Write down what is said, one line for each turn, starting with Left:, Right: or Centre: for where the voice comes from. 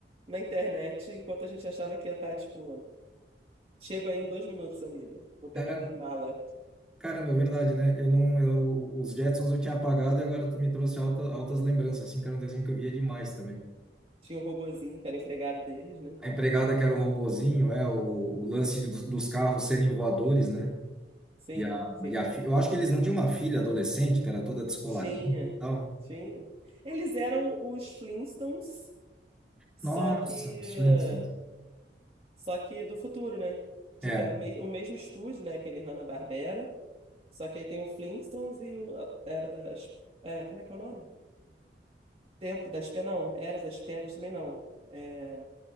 Right: na internet, enquanto a gente achava que ia estar, tipo, chego aí em dois minutos, amigo. Vou pegar
Centre: <laughs> Caramba,
Right: minha mala.
Centre: caramba, é verdade, né? Eu não, eu, os Jetsons eu tinha apagado e agora tu me trouxe alta, altas lembranças, assim, que era um desenho que eu via demais também.
Right: Tinha o robozinho, que era empregado deles, né?
Centre: A empregada que era um robozinho, é, o, o lance dos, dos carros serem voadores, né?
Right: Sim,
Centre: E a,
Right: sim.
Centre: e a, fi- eu acho que eles não tinham uma filha adolescente, que era toda descoladinha
Right: Tinha,
Centre: e tal.
Right: tinha. Eles eram os Flintstones, só
Centre: Nossa,
Right: que
Centre: os Flintstones.
Right: só que do futuro, né? Tipo,
Centre: É.
Right: é a me- o mesmo estúdio, né? Aquele Hanna-Barbera, só que aí tem o Flintstones e o a Era das... É, como é que é o nome? Tempo das Pedras, não. Era das Pedras também não. É,